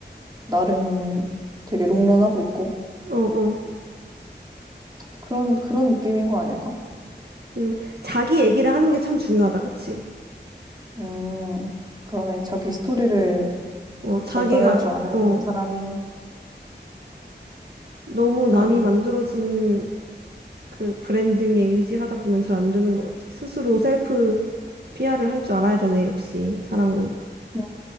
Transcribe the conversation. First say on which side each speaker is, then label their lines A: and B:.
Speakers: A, on the right (about 25°); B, on the right (about 60°).
A: 나름 되게 롱런하고 있고
B: 어어.
A: 그런 그런 느낌인 거 아닐까?
B: 음, 자기 얘기를 하는 게 참 중요하다, 그치?
A: 음, 그러네. 자기 스토리를
B: 어, 자기가,
A: 전달할 줄 아는
B: 어,
A: 사람이
B: 너무 남이
A: 음,
B: 만들어진 그 브랜딩에 의지하다 보면 잘 안 되는 것 같아. 스스로 셀프 PR을 할 줄 알아야 되네, 역시. 사람은.
A: 뭐